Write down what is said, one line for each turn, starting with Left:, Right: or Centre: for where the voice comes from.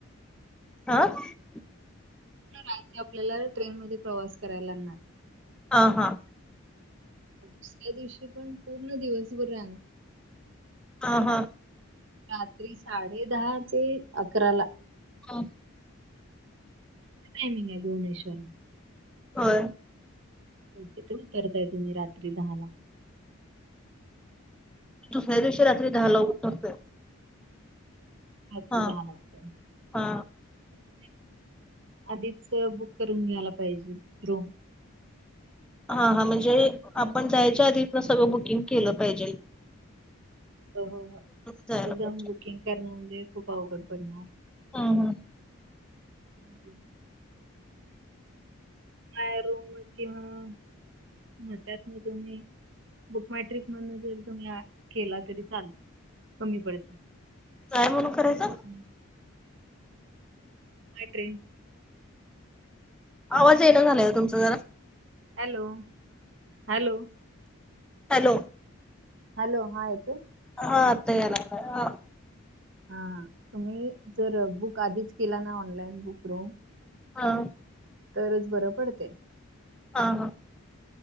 Centre: हा <unintelligible>
Right: रात्री आपल्याला ट्रेन मध्ये प्रवास करायला लागणार?
Centre: हां हां?
Right: दुसऱ्या दिवशी पण पूर्ण दिवसभर <inaudible>
Centre: हा-हा,
Right: रात्री साडे दहाचे अकरा ला.
Centre: ह?
Right: टायमिंग आहे भुवनेश्वरला.
Centre: हो.
Right: तिथ उतरताय तुम्ही रात्री दहा ला.
Centre: दुसऱ्या दिवशी रात्री दहा ला उतरतोय?
Right: अ त
Centre: हा
Right: जात
Centre: हा
Right: <inaudible> <unintelligible> आधीच बुक करून घ्यायला पाहिजे रूम
Centre: हा हा म्हणजे, आपण जायच्या आधीच ना सगळं बुकिंग केल पाहिजे?
Right: हो हो हो
Centre: जायला
Right: तर
Centre: पाहिजे
Right: जाऊन
Centre: <unintelligible>
Right: बुकिंग करण म्हणजे, खूप अवघड पडणार.
Centre: हा हां,
Right: हम्म. माय रूम किंवा त्यात म तुम्ही बुक माय ट्रिप म्हण जरी तुम्ही केला तरी, चाल कमी पडते
Centre: काय म्हणून करायचं <unintelligible>
Right: माय मा ट्रेन,
Centre: आवाज येयला झाला होय तुमचा जरा.
Right: हॅलो, हॅलो
Centre: हॅलो..
Right: हॅलो,.. हा येत
Centre: ह आता याय लागलाय?
Right: हा तुम्ही जर बुक आधीच केला ना ऑनलाईन बुक रूम
Centre: हा.
Right: तरच बरं पडते.
Centre: हा हा.